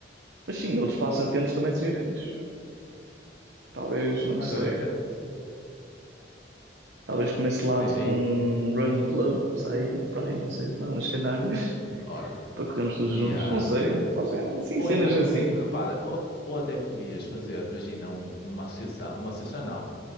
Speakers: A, on the right; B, on the left.
A: Mas sim, outros passatempos também seria fixe. Talvez, não
B: Agora
A: sei.
B: re-
A: Talvez comece lá
B: tens
A: tipo
B: aí.
A: um running club, sair para aí, não sei, lá nas Canárias, <laughs>
B: Olha.
A: para corrermos todos
B: Yeah.
A: juntos. Não sei, pode ser assim,
B: Ou
A: cenas
B: até podia,
A: assim.
B: repara, ou, ou até podias fazer, imagina, um- uma associação, uma associação não,